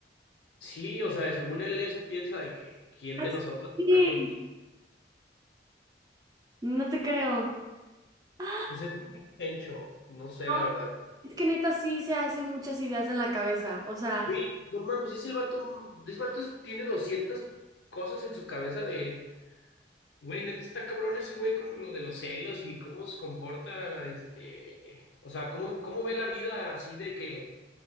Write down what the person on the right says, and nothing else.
Ah,
Sí,
no te creo. <gasps>
Ah,
No,
es que neta sí se hace muchas ideas en la cabeza. O sea,